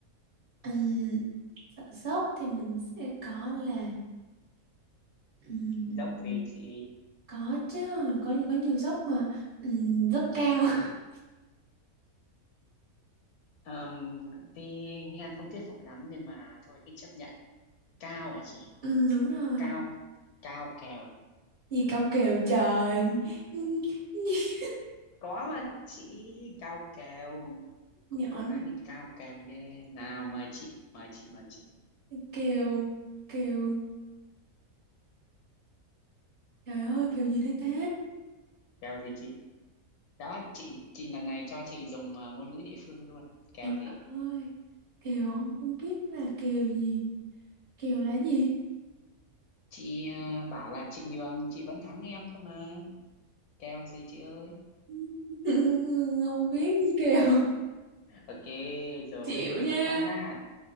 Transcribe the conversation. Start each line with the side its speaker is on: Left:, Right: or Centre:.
Right: Ừm, sợ dốc thì mình sẽ có là ừm,
Left: dốc gì chị
Right: có chứ có có nhiều dốc mà Ừm, dốc cao <laughs>
Left: um, thì nghe không thuyết phục lắm nhưng mà thôi cứ chấp nhận cao hả chị
Right: ừ, đúng rồi
Left: cao cao kèo
Right: Gì cao kèo trời <laughs>
Left: có mà chị cao kèo
Right: Nhỏ
Left: cô, cô gái này cao kèo ghê nào mời chị mời chị mời chị
Right: Kèo Kèo Trời ơi kèo gì đấy ta
Left: kèo gì chị Đó, chị chị lần này cho chị dùng ờ, ngôn ngữ địa phương luôn. Kèo
Right: Trời
Left: gì?
Right: ơi Kèo không không biết là kèo gì Kèo là gì
Left: Chị ờ, bảo là chị nhường chị vẫn thắng em cơ mà. Kèo gì chị ơi?
Right: <laughs> Không biết gì kèo
Left: Ok rồi,
Right: Chịu nha
Left: một không nha.